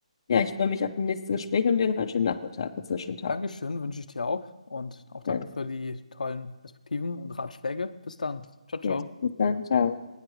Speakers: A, on the left (about 40°); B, on the left (about 85°).
A: ja, ich freue mich auf das nächste Gespräch und dir noch einen schönen Nachmittag und einen schönen Tag.
B: Dankeschön, wünsche ich dir auch und auch danke
A: Ja,
B: für die tollen Perspektiven und Ratschläge. Bis dann. Ciao, ciao.
A: ja, bis dann, ciao.